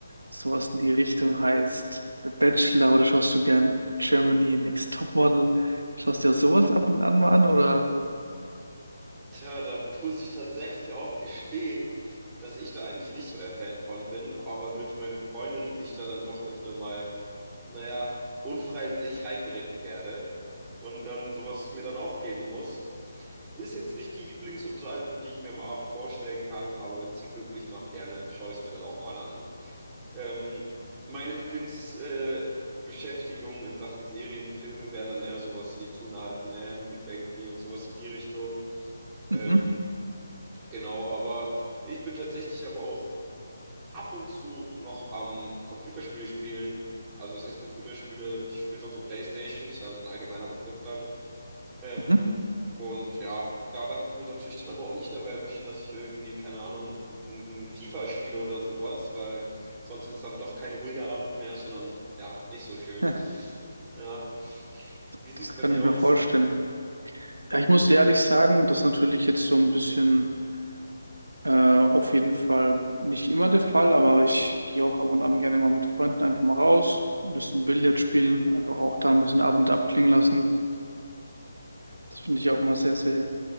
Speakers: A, on the right; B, on the right.
A: sowas in die Richtung heißt The Bachelor oder schaust du gern Germany Next Topmodel? Schaust du dir sowas ab und an mal an oder?
B: Tja, da muss ich tatsächlich auch gestehen, dass ich da eigentlich nicht so der Fan von bin, aber durch meine Freundin ich da dann doch öfter mal, naja, unfreiwillig reingeritten werde und dann sowas mir dann auch geben muss. Ist jetzt nicht die Lieblingsunterhaltung, die ich mir am Abend vorstellen kann, aber wenn es sie glücklich macht, gerne schaue ich es mir dann auch mal an. Ähm, meine Lieblingsbeschäftigungen äh, Beschäftigungen in Sachen Serien, Filme wären dann eher sowas wie Two and a Half Men, Big Bang Theory und sowas in die Richtung. Ähm,
A: Mhm,
B: genau, aber ich bin tatsächlich aber auch ab und zu noch am Computerspiele spielen. Also was heißt Computerspiele? Ich spiele es auf der PlayStation, ist ja so ein allgemeiner Begriff dann. Ähm,
A: mhm.
B: und ja, da darf ich mich natürlich dann aber auch nicht dabei erwischen, dass ich irgendwie, keine Ahnung, ein, ein FIFA spiele oder sowas, weil sonst wird es dann doch kein ruhiger Abend mehr, sondern ja, nicht so schön.
A: <laughs> Ja,
B: Ja. Wie sieht's
A: das
B: bei
A: kann
B: dir
A: ich mir
B: aus?
A: vorstellen. Ja, ich muss dir ehrlich sagen, das ist natürlich jetzt so ein bisschen äh, auf jeden Fall nicht immer der Fall, aber ich gehe auch ab und an gerne mal mit Freunden einfach mal raus, ein bisschen Billard spielen, einfach auch da ein bisschen Abend abklingen lassen. Das finde ich auch mal sehr, sehr